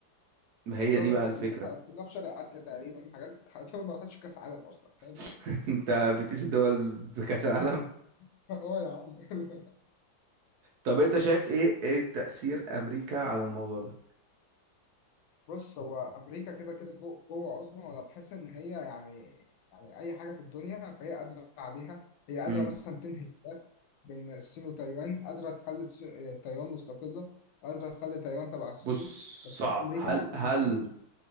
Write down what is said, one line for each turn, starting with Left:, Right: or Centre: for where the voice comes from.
Right: ما هي
Left: دول
Right: دي بقى الفكره
Left: كلها كلها في شرق اسيا تقريبا حاجات حاجات دول ما راحتش كاس عالم اصلا فاهم
Right: <laughs> انت بتقيس الدول بكاس العالم
Left: <laughs> اه يا عم <laughs>
Right: طب انت شايف ايه ايه تاثير امريكا على الموضوع ده
Left: بص هو امريكا كده كده جو- جوه عظمى وانا بحس ان هي يعني يعني اي حاجه في الدنيا فهي قادره عليها هي قادره
Right: امم
Left: مثلا تنهي الخلاف بين الصين وتايوان قادره تخلي الص- آه، تايوان مستقله قادره تخلي تايوان تبع الصين
Right: بص
Left: بس
Right: صعب
Left: هي امريكا
Right: هل
Left: ما بتتدخلش
Right: هل